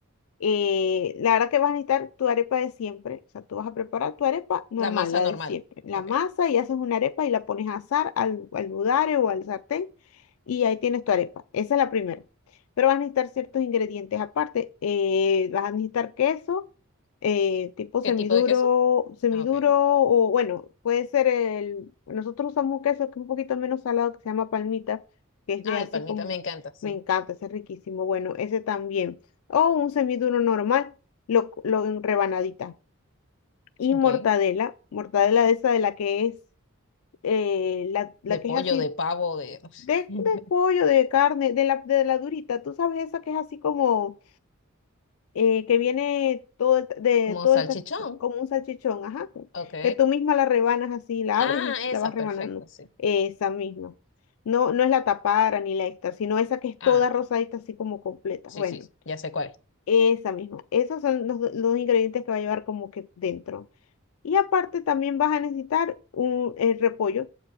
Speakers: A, on the left; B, on the left.
A: Eh, la verdad que vas a necesitar tu arepa de siempre. O sea, tú vas a preparar tu arepa normal,
B: La masa
A: la
B: normal.
A: de siempre. La
B: Ok.
A: masa y haces una arepa y la pones a asar al, al budare o al sartén y ahí tienes tu arepa. Esa es la primera. Pero vas a necesitar ciertos ingredientes aparte. Eh, vas a necesitar queso, eh, tipo semiduro,
B: ¿Qué tipo de queso?
A: semiduro
B: Ah, Ok.
A: o bueno, puede ser el... Nosotros usamos un queso que es un poquito menos salado que se llama palmita, que es de
B: Ah,
A: así
B: el palmita
A: como...
B: me encanta, sí.
A: Me encanta, ese es riquísimo. Bueno, ese también o un semiduro normal, lo, lo en rebanadita. Y
B: Ok.
A: mortadela, mortadela de esa de la que es, eh, la, la
B: De
A: que
B: pollo,
A: es así
B: de pavo, de...
A: de, de
B: <laughs>
A: pollo, de carne, de la, de la durita, tú sabes esa que es así como, eh, que viene todo el, de,
B: Como
A: todo
B: salchichón.
A: el, t- como un salchichón, ajá,
B: Ok.
A: que tú misma la rebanas así, la
B: Ah,
A: abres y la
B: esa,
A: vas rebanando,
B: perfecto, sí.
A: esa misma. No, no es la tapara ni la extra, sino esa que es
B: Ah,
A: toda
B: no.
A: rosadita, así como completa.
B: Sí,
A: Bueno,
B: sí, sí. ya sé cuál es.
A: Esa misma. Esos son los, do- los ingredientes que va a llevar como que dentro. Y aparte también vas a necesitar un el repollo.